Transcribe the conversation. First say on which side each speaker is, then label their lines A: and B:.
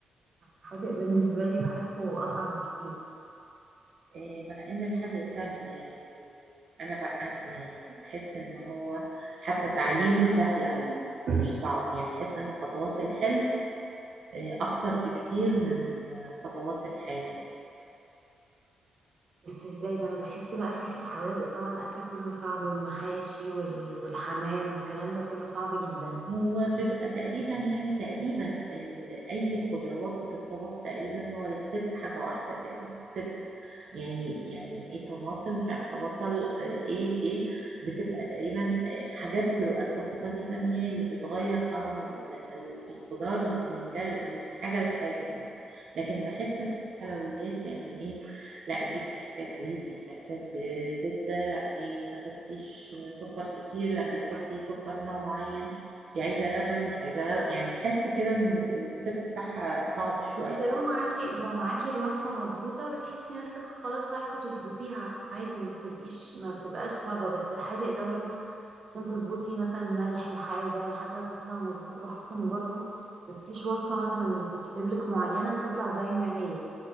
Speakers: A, on the right (about 45°); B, on the right (about 65°).
A: الحادق بالنسبه لي بحسه اصعب بكتير
B: إيه، مع ان الحد سهل يعني انا بقى يعني بحس ان هو حتى تعليمه سهل قوي مش صعب يعني بحس ان خطوات الحلو إيه، اكتر بكتير من خطوات الحادق
A: بس ازاي ده انا بحس بقى فيه في الحوادق طبعا اكل كله صعب المحاشي وال- والحمام والكلام ده كله صعب جدا
B: هو بيبقى تقريبا يعني تقريبا ال- اي خضروات بتنطبخ تقريبا هو الستيب حاجه واحده تقريبا ستيبس يعني يعني ايه طماطم مش عارفه بصل آه، ايه ايه بتبقى تقريبا آه، حاجات فروقات بسيطه جدا هي اللي بتغير طعم ال- ال- الخضار من ده من حاجه لحاجه يعني لكن بحس ان الحلويات يعني ايه لا دي بتحتاج زيت دي بتحتاج زبدة لا دي تحطيش سكر كتير لا دي تحطي سكر نوع معين دي عايزة لبن مش عايزة لبن يعني تحس كده ان الستبس بتاعها صعب شوية
A: بس لو معاكي لو معاكي الوصفة مظبوطة بتحسي نفسك خلاص عارفة تظبطيها عادي ما بتبقيش ما بتبقاش صعبة بس الحادق ده برضو عشان تظبطي مثلا ملح الحاجة الحاجة تطلع مظبوطة بحس ان برضو مفيش وصفة مثلا بتتكتب لك معينة بتطلع زي ما هي